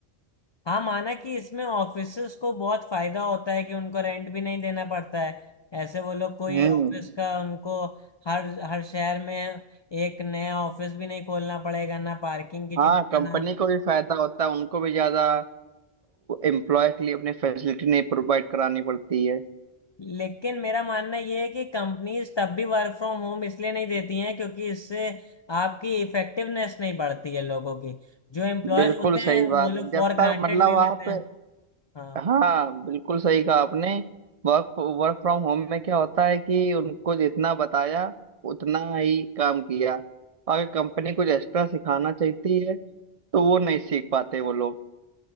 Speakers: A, on the left; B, on the right.
A: हाँ माना कि इसमें ऑफिसर्स को बहुत फायदा होता है कि उनको रेंट भी नहीं देना पड़ता है ऐसे वो लोग कोई
B: हम्म
A: ऑफिस का उनको हर हर शहर में एक नया ऑफिस भी नहीं खोलना पड़ेगा ना पार्किंग की
B: हाँ
A: चिंता
B: कंपनी
A: ना
B: को भी फायदा होता है उनको भी ज्यादा एम्प्लॉय के लिए अपनी फैसिलिटी नहीं प्रोवाइड करानी पड़ती है
A: लेकिन मेरा मानना ये है कि कंपनीज तब भी वर्क फ्रॉम होम इसलिए नहीं देती हैं क्योंकि इससे आपकी इफेक्टिवनेस नहीं बढ़ती है लोगों की जो एम्प्लॉयज
B: बिल्कुल
A: होते
B: सही
A: हैं वो
B: बात
A: लोग
B: है जब
A: फॉर
B: तक
A: ग्रांटेड
B: मतलब
A: ले लेते
B: आप
A: हैं हाँ
B: हाँ बिल्कुल सही कहा आपने वर्क वर्क फ्रॉम होम में क्या होता है कि उनको जितना बताया उतना ही काम किया अगर कंपनी कुछ एक्स्ट्रा सिखाना चाहती है तो वो नहीं सीख पाते वो लोग